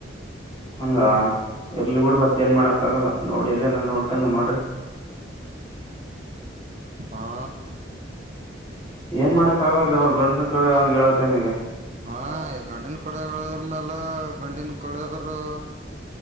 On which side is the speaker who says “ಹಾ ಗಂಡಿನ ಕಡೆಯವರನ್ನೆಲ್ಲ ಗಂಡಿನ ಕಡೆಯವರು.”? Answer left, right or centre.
Right